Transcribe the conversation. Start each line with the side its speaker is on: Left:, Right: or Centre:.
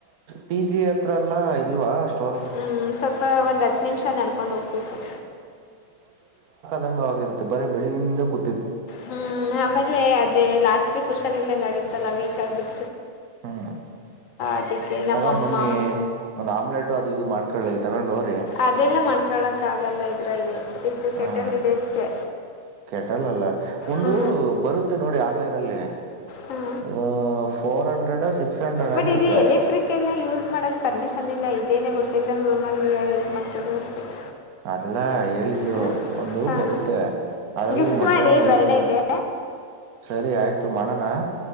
Right: ಪಿ, ಜಿ ಹತ್ರಲ್ಲ? <inaudible> ಲ್ಲ, ಇಲ್ವಾ, ಅ? <inaudible>
Left: ಹ್ಮ್, ಸ್ವಲ್ಪ, ಒಂದ್, ಹತ್ತು ನಿಮಿಷ ನಡಕ? <inaudible> ಕೊಂಡು, ಹೋಗ್ಬೇಕು? <inaudible>
Right: ದಂಗವಾಗಿರುತ್ತೆ, ಬರ ಬೆಳಿಗಿಂದ ಕುತ್ತ? <inaudible>
Left: ಹ್ಮ್, ಆಮೇಲೆ! ಅದೇ ಲಾಸ್ಟ್ ವೀಕ್? <inaudible> ಆಗತ್ತಲ್ಲ ವೀಕ್ ಆಗ್ಬಟ್ಟು
Right: ಹ್ಮ್,
Left: ಅದಕ್ಕೆ ನಮ್ಮಮ್ಮ
Right: ತಗ ಮೊನ್ನಿ, ಒಂದ್ ಆಮ್ಲೆಟ್! ಅದು ಇದು ಮಾಡ್ಕೊಲಾಲಿ. <inaudible> ತಗೊಂಡ.. <inaudible>
Left: ಅದೆಲ್ಲ, ಮಾಡ್ಕ. <inaudible> ಕೇಳೋಕ್ಕಾಗಲ್ಲ, ಇದರಲ್ಲಿ. <inaudible>
Right: ಹ್ಮ
Left: ಕೆಟಲ್ ಇದೆ ಅಷ್ಟೇ
Right: ಕೆೇಟಲ್ಲಲ್ಲ! ಒಂದು
Left: ಹ್ಞೂ
Right: ಬರುತ್ತೆ ನೋಡಿ ಆನ್ಲೈನ್? <inaudible> ಆಲಿ.. <inaudible> ಆ..
Left: ಹ್ಞೂ
Right: <inaudible> ಫೋರ್, ಹಂಡ್ರೆಡ್ ಸ ಸಿಕ್ಸ್. <inaudible>
Left: ಬಟ್, ಇ
Right: ಐತೆ
Left: ಎಲೆಕ್ಟ್ರಿಕ್! ಎಲ್ಲ ಯೂಸ್ ಮಾಡಕ್ ಪರ್ಮಿಶನ್ ಇಲ್ಲ? ಇ. <inaudible> ಇದಏನೇ, ಗೊತ್ತಿಲ್ಲಂದ ರೂಮಲ್ಲಿ. ಯೂಸ್ ಮಾಡ್ತವಿ ಅಷ್ಟೇ. <inaudible>
Right: ಅಲ್ಲಾ, ಹೇಳಿದ್ದು
Left: ಹಾಂ
Right: ಒಂದು,
Left: ಹಾಂ
Right: ಬರುತ್ತೆ ಅದ್ರಲ್ಲಿ
Left: ಗಿಫ್ಟ್
Right: ಮೊಟ್ಟೆನ
Left: ಮಾಡಿ
Right: ಬೇಯಿಸಕು.
Left: ಬರ್ಡೇಗೆ
Right: <unintelligible> ಸರಿ, ಆಯ್ತು! ಮಾಡೋಣ